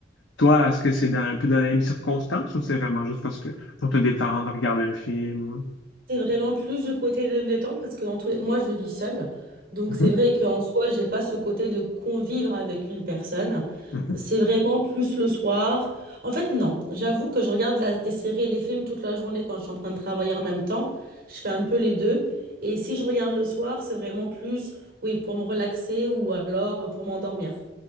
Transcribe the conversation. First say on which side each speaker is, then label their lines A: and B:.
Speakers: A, on the left; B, on the right.
A: Toi, est-ce que c'est dans- un peu dans la même circonstance ou c'est vraiment juste parce que pour te détendre, regarder un film? ou-
B: C'est vraiment plus du côté de me détendre parce que dans tous les... moi, je vis seule. Donc,
A: Mhm,
B: c'est vrai qu'en soi, j'ai pas ce côté de convivre avec une personne.
A: mhm,
B: C'est vraiment plus le soir. En fait, non. J'avoue que je regarde la- des séries et des films toute la journée quand je suis en train de travailler en même temps. Je fais un peu les deux. Et si je regarde le soir, c'est vraiment plus, oui, pour me relaxer ou alors euh, pour m'endormir.